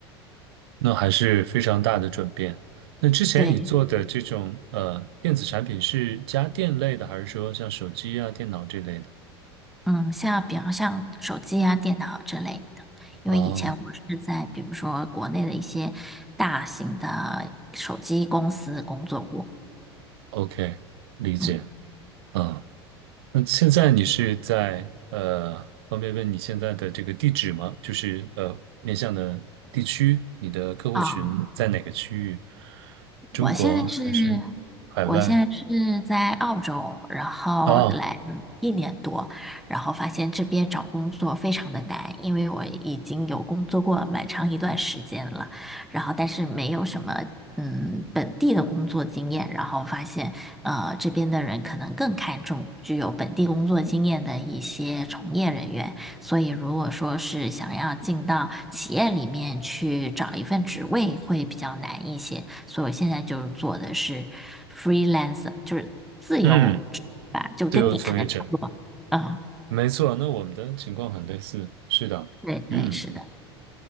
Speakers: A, on the right; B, in the centre.
A: 那还是非常大的转变。那之前你做的这种呃电子产品是家电类的，
B: 对，
A: 还是说像手机啊、电脑这类的？
B: 嗯，像比方像手机啊、电脑之类的，因为以前我是在比如说国内的一些大型的手机公司工作过，
A: 哦，OK，理解。
B: 嗯。
A: 嗯，那现在你是在呃，方便问你现在的这个地址吗？就是呃，面向的地区，你的客户群在哪个区域？
B: 啊。
A: 中国还是海外？
B: 我现在是，我现在是在澳洲，然后来一年多，
A: 哦，
B: 然后发现这边找工作非常的难，因为我已经有工作过蛮长一段时间了，然后但是没有什么嗯本地的工作经验，然后发现呃这边的人可能更看重具有本地工作经验的一些从业人员，所以，如果说是想要进到企业里面去找一份职位，会比较难一些。所以我现在就是做的是 freelancer，就是自由职吧，
A: 嗯，
B: 就跟你可能差不多。
A: 自由从业者，
B: 嗯，
A: 没错。那我们的情况很类似，是的，
B: 对对，
A: 嗯。
B: 是的，